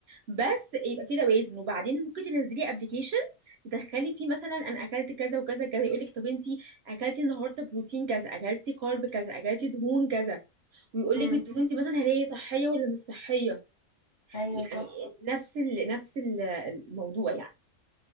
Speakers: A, on the right (about 60°); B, on the left (about 45°).
A: بس يبقى في توازن وبعدين ممكن تنزلي ابلكيشن تدخلي فيه مثلا انا اكلت كذا وكذا كذا يقول لك طب انت اكلتي النهارده بروتين كذا اكلتي كارب كذا اكلتي دهون كذا ويقول
B: امم
A: لك الدهون دي مثلا هل هي صحيه ولا مش صحيه
B: ايوه
A: يعني
B: صح
A: نفس ال نفس ال- الموضوع يعني